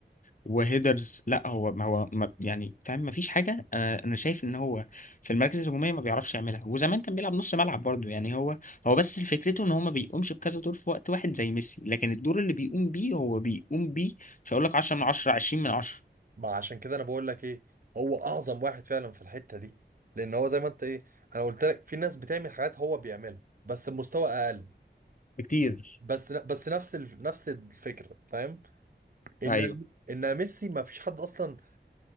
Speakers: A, on the left; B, on the right.
A: وهيدرز لا هو ما هو ما... يعني فاهم ما فيش حاجه انا انا شايف ان هو في المراكز الهجوميه ما بيعرفش يعملها وزمان كان بيلعب نص ملعب برضه يعني هو هو بس فكرته ان هو ما بيقومش بكذا دور في وقت واحد زي ميسي لكن الدور اللي بيقوم بيه هو بيقوم بيه مش هقول لك 10 من 10 20 من 10
B: ما عشان كده انا بقول لك ايه هو اعظم واحد فعلا في الحتة دي لان هو زي ما انت ايه انا قلت لك في ناس بتعمل حاجات هو بيعملها بس بمستوى اقل
A: بكتير
B: بس بس نفس ال- نفس الفكرة فاهم ان
A: ايوه
B: ان ميسي ما فيش حد اصلا